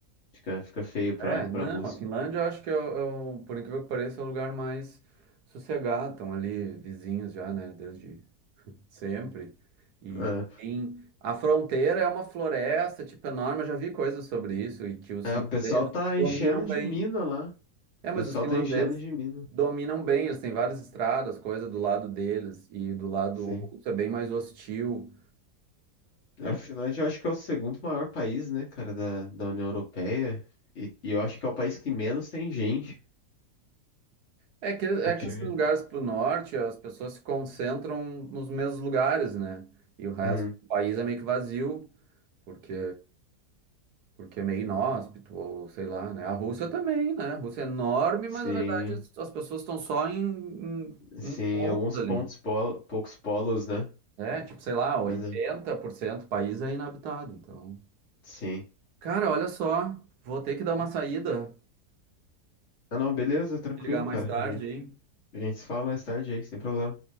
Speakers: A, on the left; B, on the right.
A: fica, fica feio pra,
B: É, não,
A: pra Rússia.
B: a Finlândia eu acho que é o, é o- por incrível que pareça, é o lugar mais sossegado. Estão ali vizinhos já, né? Desde Sempre. E
A: É.
B: em... a fronteira é uma floresta, tipo, enorme. Eu já vi coisas sobre isso e que os
A: É,
B: finlandeses
A: o pessoal tá enchendo
B: dominam
A: de
B: bem.
A: mina lá.
B: É,
A: O
B: mas
A: pessoal
B: os finlandeses
A: tá enchendo de mina.
B: dominam bem. Eles têm várias estradas, coisa do lado deles e do lado
A: Sim.
B: russo é bem mais hostil.
A: A Finlândia eu acho que é o segundo maior país, né, cara, da, da União Europeia. E, e eu acho que é o país que menos tem gente.
B: É que, é
A: Eu tive.
B: que esses lugares para o norte, as pessoas se concentram nos mesmos lugares, né? E o resto
A: Uhum.
B: do país é meio que vazio, porque porque é meio inóspito, ou sei lá, né? A Rússia também, né? A Rússia é enorme,
A: Sim.
B: mas na verdade as, as pessoas estão só em, em,
A: Sim,
B: em pontos
A: alguns
B: ali.
A: pontos, polo, poucos polos, né?
B: É, tipo, sei lá, 80%
A: Mas é,
B: do país é inabitado. Então,
A: sim.
B: cara, olha só, vou ter que dar uma saída,
A: Ah, não, beleza, tranquilo,
B: ligar mais
A: cara.
B: tarde,
A: A gente,
B: hein?
A: a gente se fala mais tarde aí, sem problema.